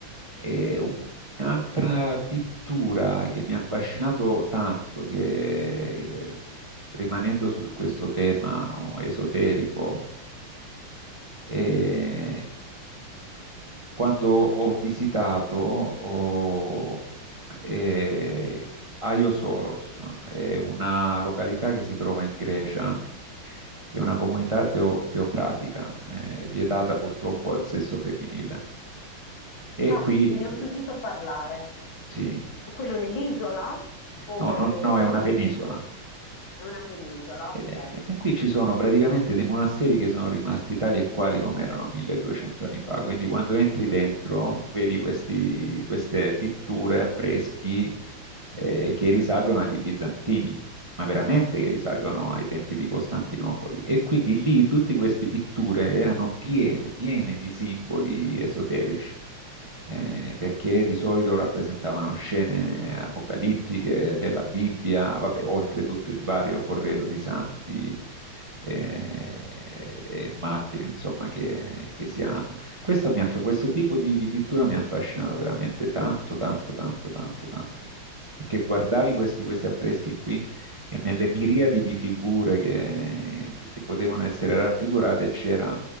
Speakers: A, on the right; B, on the left.
A: E un'altra pittura che mi ha affascinato tanto, che eh, rimanendo su questo tema oh, esoterico, eh, quando ho visitato oh, eh, Aio Soros, è una località che si trova in Grecia, è una comunità teo- teocratica, eh, vietata purtroppo al sesso femminile. E
B: Ah,
A: qui,
B: sì, ne ho Quello sentito qui. parlare.
A: sì,
B: È quello nell'isola o
A: No,
B: è,
A: non, no, è una penisola.
B: è una penisola? Ok.
A: E, e- e qui ci sono praticamente dei monasteri che sono rimasti tali e quali come erano 1200 anni fa. Quindi quando entri dentro vedi questi- queste pitture, affreschi eh, che risalgono agli bizantini, ma veramente che risalgono ai tempi di Costantinopoli. E quindi lì tutte queste pitture erano piene, piene di simboli esoterici eh, perché di
B: Sì,
A: solito rappresentavano scene apocalittiche della Bibbia, vabbè, oltre tutto il vario corredo di santi eh, e martiri, insomma, che, che si hanno. Questo, mi aff- questo tipo di, di pittura mi ha affascinato veramente tanto, tanto, tanto, tanto, tanto, perché guardavi questi, questi affreschi qui e nelle miriadi di figure che, che potevano essere raffigurate c'era,